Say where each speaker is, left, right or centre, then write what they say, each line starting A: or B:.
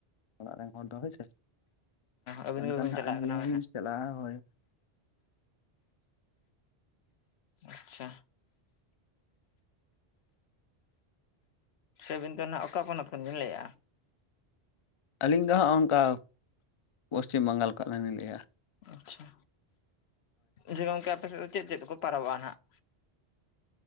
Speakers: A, on the left; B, on the left.
A: ᱚᱲᱟᱜ ᱨᱮᱱ ᱦᱚᱲ ᱫᱚ ᱦᱳᱭ ᱥᱮ
B: ᱟᱹᱵᱤᱱ
A: ᱮᱱᱠᱷᱟᱱ
B: ᱜᱮᱵᱤᱱ
A: ᱦᱟᱸᱜ
B: ᱪᱟᱞᱟᱜ
A: ᱟᱹᱞᱤᱧ
B: ᱠᱟᱱᱟ ᱦᱟᱸᱜ
A: ᱞᱤᱧ ᱪᱟᱞᱟᱜᱼᱟ ᱦᱳᱭ
B: ᱟᱪᱪᱷᱟ ᱥᱮ ᱟᱹᱵᱤᱱ ᱫᱚ ᱟᱸᱱᱟᱜ ᱚᱠᱟ ᱯᱚᱱᱚᱛ ᱠᱷᱚᱱ ᱵᱤᱱ ᱞᱟᱹᱭᱮᱫᱼᱟ
A: ᱟᱹᱞᱤᱧ ᱫᱚ ᱦᱚᱜᱼ ᱠᱟ ᱯᱚᱥᱪᱤᱢ ᱵᱟᱝᱜᱟᱞ ᱠᱷᱚᱱᱞᱤ ᱞᱤᱧ ᱞᱟᱹᱭᱮᱫᱼᱟ
B: ᱟᱪᱪᱷᱟ ᱡᱮ ᱜᱚᱝᱠᱮ ᱟᱯᱮᱥᱮᱫ ᱫᱚ ᱪᱮᱫ ᱪᱮᱫ ᱠᱚ ᱯᱟᱨᱟᱵᱚᱜᱼᱟ ᱱᱟᱦᱟᱜ